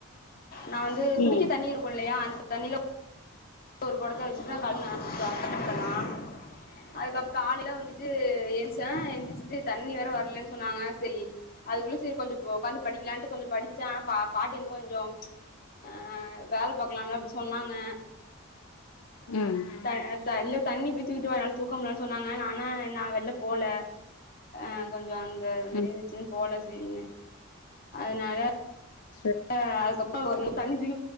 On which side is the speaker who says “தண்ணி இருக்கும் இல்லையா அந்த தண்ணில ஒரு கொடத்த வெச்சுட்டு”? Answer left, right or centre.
Left